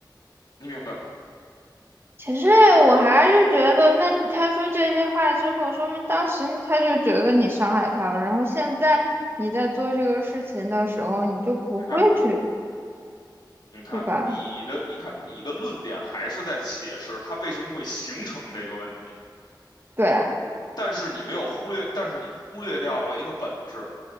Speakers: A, on the left; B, on the right.
A: 你明白吗？
B: 其实我还是觉得，那他说这些话之后，说明当时他就觉得你伤害他了，然后现在你在做这个事情的时候，你就不会去，
A: 你看，你看你的，
B: 对吧？
A: 你看你的论点还是在解释它为什么会形成这个问题，
B: 对啊
A: 但是你没有忽略，但是你忽略掉了一个本质，